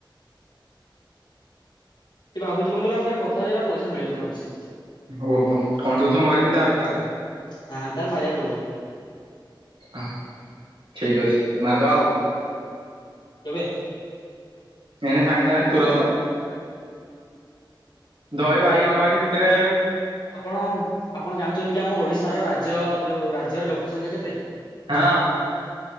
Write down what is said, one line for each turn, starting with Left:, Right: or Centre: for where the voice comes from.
Left: ସେ ଭାବୁଛି କଣ କହିଲ ଆମେ ଯୋଉଟା କଥା ହେଉଛି ସେଈଟା ପଇସା ମିଳିବନି ଭାବୁଛି।
Right: ଓହୋ କଣ୍ଡୁସ
Left: <unintelligible>
Right: ମରିନି ତାର ତାହେଲେ
Left: ହ ତାର! !!!!!!!!! ପଡିବ।
Right: ଅଁ ଠିକ୍ ଅଛି ମାରିଦବା ଆଉ।
Left: କେବେ?
Right: ଏଇନା ସାଙ୍ଗେ ସାଙ୍ଗେ ତୁରନ୍ତ। ଦହି ବାଇଗଣ ବାରି ଭିତରେ
Left: ଆପଣ ଆପଣ ଜାଣି ଛନ୍ତି କି, ଆମ ଓଡିଶାର ରାଜ୍ୟ ଯୋଉ ରାଜ୍ୟର ଲୋକ ସଂଂଖ୍ୟା କେତେ?
Right: ହଁ।